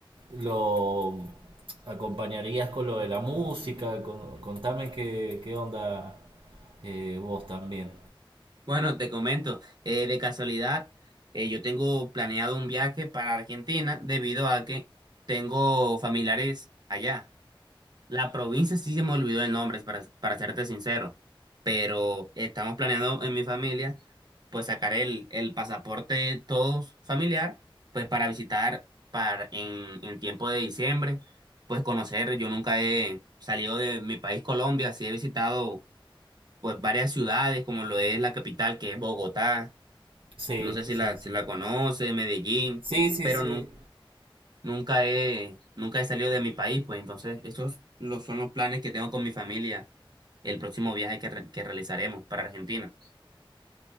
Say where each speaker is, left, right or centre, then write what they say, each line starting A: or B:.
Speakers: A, on the right (about 65°); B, on the right (about 50°).
A: lo acompañarías con lo de la música. Con- contame qué, qué onda eh, vos también.
B: Bueno, te comento, eh, de casualidad, eh, yo tengo planeado un viaje para Argentina debido a que tengo familiares allá. La provincia sí se me olvidó de nombres, para, para serte sincero, pero estamos planeando en mi familia, pues sacar el, el pasaporte todos familiar, pues para visitar para, en, en tiempo de diciembre, pues conocer, yo nunca he salido de mi país Colombia, sí he visitado pues varias ciudades, como lo es la capital, que es Bogotá,
A: Sí,
B: no sé si
A: sí,
B: la,
A: sí.
B: si la conoce, Medellín,
A: Sí, sí,
B: pero
A: sí.
B: nun- Nunca he, nunca he salido de mi país, pues entonces esos los, son los planes que tengo con mi familia, el próximo viaje que, re- que realizaremos para Argentina.